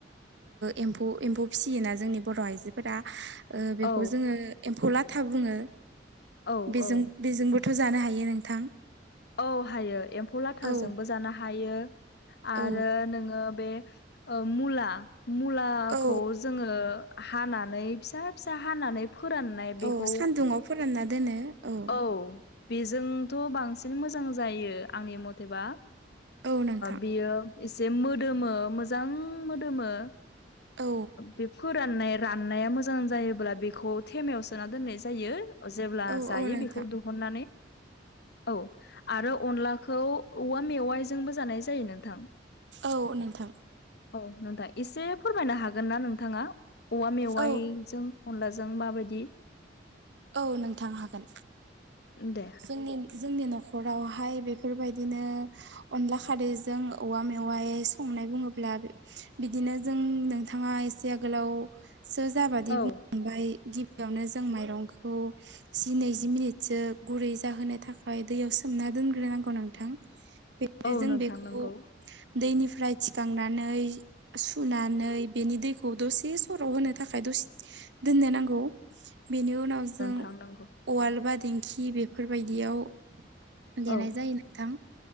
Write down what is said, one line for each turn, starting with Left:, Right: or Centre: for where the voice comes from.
Right: एम्फौ एम्फौ फिसियोना जोंनि बर' आइजोफोरा बेखौ
Left: औ
Right: जोङो एम्फौ लाथा बुङो
Left: औ
Right: बेजों
Left: औ
Right: बेजोंबोथ' जानो हायो नोंथां
Left: औ हायो एम्फौ लाथाजोंबो
Right: औ
Left: जानो हायो आरो
Right: औ
Left: नोङो बे मुला मुलाखौ
Right: औ
Left: जोङो हानानै फिसा फिसा हानानै फोराननाय बेखौ
Right: औ सानदुङाव फोरानना दोनो औ
Left: औ बेजोंथ' बांसिन मोजां जायो आंनि मथेबा
Right: औ नोंथां
Left: बियो एसे मोदोमो मोजां मोदोमो
Right: औ
Left: बे फोराननाय राननाया मोजां जायोब्ला बेखौ थेमायाव सोना दोननाय जायो जेब्ला
Right: औ
Left: जायो
Right: औ नोंथां
Left: बेखौ दिहुननानै औ आरो अनलाखौ औवा मेवाइजोंबो जानाय जायो नोंथां
Right: औ नोंथां
Left: औ नोंथां एसे फोरमायनो हागोन ना नोंथाङा औवा मेवाइजों
Right: औ
Left: अनलाजों माबायदि
Right: औ नोंथां हागोन
Left: दे
Right: जोंनि जोंनि न'खरावहाय बेफोरबायदिनो अनला खारैजों औवा मेवाय संनाय बुङोब्ला बिदिनो जों नोंथाङा एसे आगोलाव सो जाबादि
Left: औ
Right: बुंलांबाय गिबियावनो जों माइरंखौ जि नैजि मिनिटसो गुरै जाहोनो थाखाय दैयाव सोमना दोनग्रोनांगौ नोंथां बे
Left: औ
Right: जों
Left: नोंथां
Right: बेखौ
Left: नंगौ
Right: दैनिफ्राय थिखांनानै सुनानै बेनि दैखौ दसे सराव होनो थाखाय दसे दोननो नांगौ बेनि उनाव जों
Left: थांनांगौ
Right: उवाल बा दिंखि बेफोरबायदियाव देनाय
Left: औ
Right: जायो नोंथां